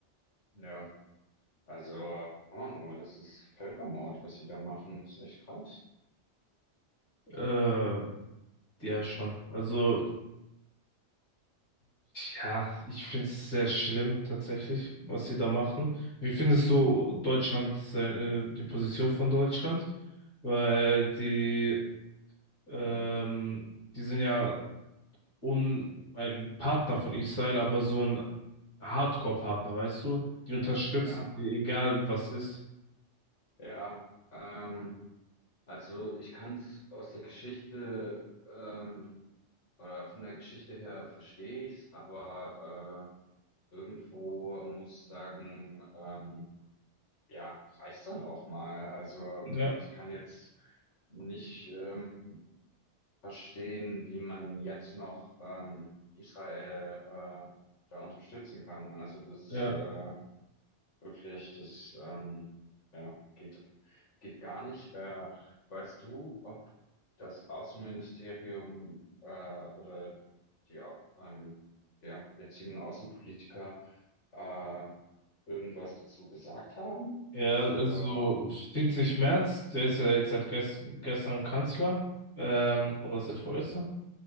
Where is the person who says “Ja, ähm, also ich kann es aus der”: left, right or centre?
Left